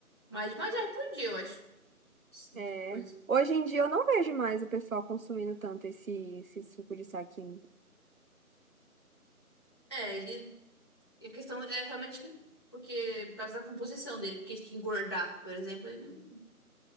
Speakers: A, on the left; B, on the right.
A: mais de uma jarra por dia, eu acho. de
B: É.
A: coisa.
B: Hoje em dia eu não vejo mais o pessoal consumindo tanto esse, esse suco de saquinho.
A: É, ele. A questão é realmente que. Porque, por causa da composição dele, porque se engordar, por exemplo, ele não,